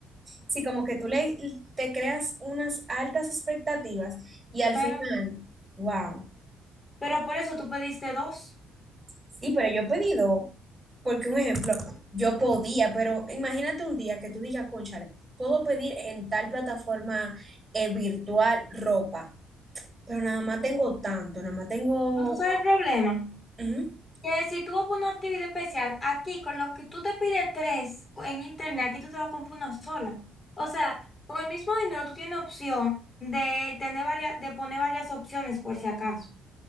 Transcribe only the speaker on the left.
Pero,
pero por eso tú pediste dos.
¿No tú sabes el problema?
Que si tú vas por una actividad especial, aquí con lo que tú te pides tres o en internet, aquí tú te vas a comprar una sola. O sea, con el mismo dinero tú tienes opción de tener varias, de poner varias opciones por si acaso.